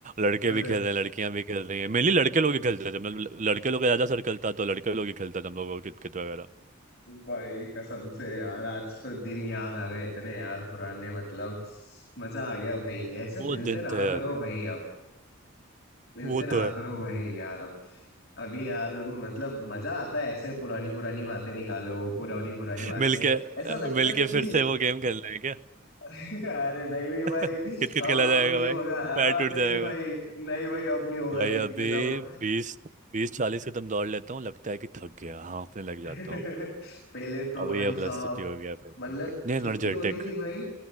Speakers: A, on the right (about 35°); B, on the left (about 50°).
A: लड़के
B: <laughs>
A: भी
B: अरे
A: खेल रहे हैं लड़कियां भी खेल रही हैं मेनली लड़के लोग ही खेलते थे मतलब लड़के लोग का ज़्यादा सर्कल था तो लड़के लोग ही खेलते थे हम लोग किट किट वगैरह
B: भाई कसम से यार आज तो दिन याद आ गए इतने यार पुराने मतलब मजा आ गया भाई ऐसे
A: वो
B: मिलते
A: दिन
B: रहा
A: थे
B: करो
A: अभी
B: भाई अब मिलते
A: वो
B: रहा
A: तो है
B: करो भाई यार अब अभी यार मतलब मजा आता है ऐसे पुरानी पुरानी बातें निकालो पुरानी पुरानी बातें
A: मिलके
B: ऐसा लगता
A: मिलके
B: है दिल
A: फिर से वो गेम खेलना है क्या
B: <laughs> अरे नहीं नहीं
A: <laughs>
B: भाई
A: कित कित
B: अब
A: खेला
B: अब
A: जाएगा
B: नहीं
A: भाई
B: होगा आ,
A: पैर टूट
B: नहीं
A: जाएगा
B: भाई नहीं भाई अब नहीं होगा
A: भाई
B: कित
A: अभी
B: के तब
A: बीस बीस चालीस कदम दौड़ लेता हूँ लगता है कि थक गया हाँफने लग
B: <laughs>
A: जाता हूँ
B: पहले तो
A: अभी
B: भाई
A: ये वाला
B: साहब
A: स्थिति हो गया भाई तो
B: मतलब
A: इतने एनर्जेटिक
B: छुट्टी होती थी भाई